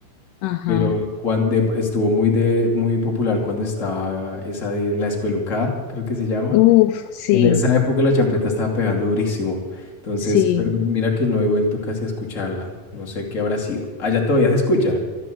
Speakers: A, on the left; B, on the left.
A: Ajá.
B: Pero cuan- de- estuvo muy, de, muy popular cuando estaba esa de La Espelucada, creo que se llama.
A: Uf, sí,
B: En esa época la champeta estaba pegando durísimo. Entonces,
A: sí.
B: pero Ujú. mira que no he vuelto casi a escucharla. No sé qué habrá sido. Allá todavía se escucha.